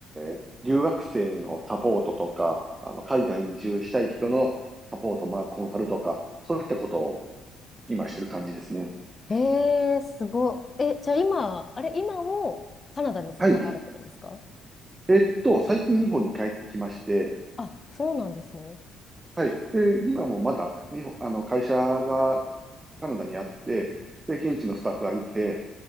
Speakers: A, on the right; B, on the left.
A: ー留学生のサポートとか、あの、海外に移住したい人のサポート、まあ、コンサルとか、そういったことを今してる感じですね。
B: えー、すごい。え、じゃあ今、あれ、今もカナダに住まわれてるんですか
A: はい。えーっと、最近日本に帰ってきまして、
B: あ、そうなんですね。
A: はい。で、今もまだ日本、あの、会社がカナダにあって、で、現地のスタッフがいて、